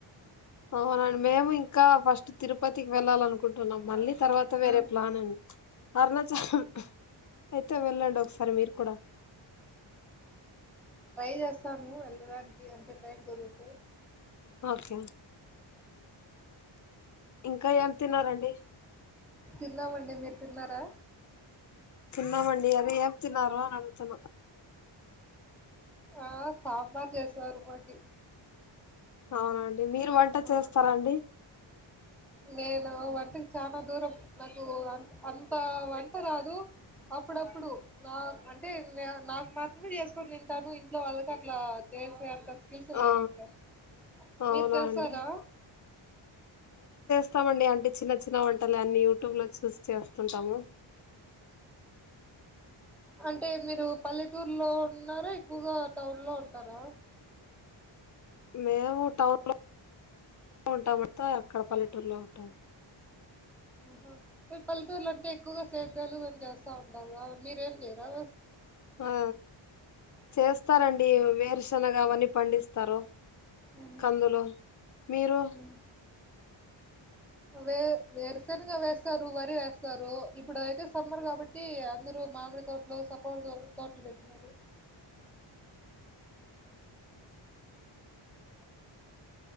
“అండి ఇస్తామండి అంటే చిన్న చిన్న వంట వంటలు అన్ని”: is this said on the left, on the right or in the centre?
Left